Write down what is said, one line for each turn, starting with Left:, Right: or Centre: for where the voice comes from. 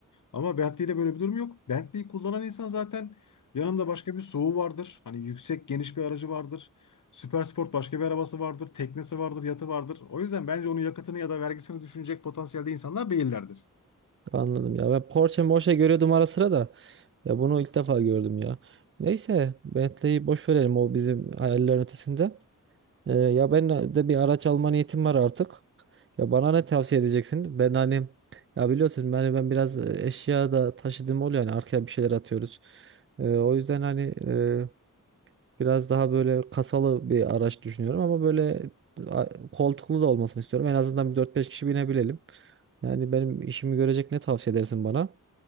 Left: Ama Bentley'de böyle bir durum yok. Bentley'i kullanan insan zaten yanında başka bir SUV vardır. Hani yüksek geniş bir aracı vardır. Süpersport başka bir arabası vardır, teknesi vardır, yatı vardır. O yüzden bence onun yakıtını ya da vergisini düşünecek potansiyelde insanlar değillerdir.
Right: Anladım ya. Ben Porsche Morsche görüyordum ara sıra da. Ya bunu ilk defa gördüm ya. Neyse Bentley'i boş verelim o bizim hayallerin ötesinde. Ee, ya ben de bir araç alma niyetim var artık. Ya bana ne tavsiye edeceksin? Ben hani ya biliyorsun ben, ben biraz e, eşya da taşıdığım oluyor yani arkaya bir şeyler atıyoruz. Ee, o yüzden hani e, biraz daha böyle kasalı bir araç düşünüyorum ama böyle a- koltuklu da olmasını istiyorum. En azından bir dört beş kişi binebilelim. Yani benim işimi görecek ne tavsiye edersin bana?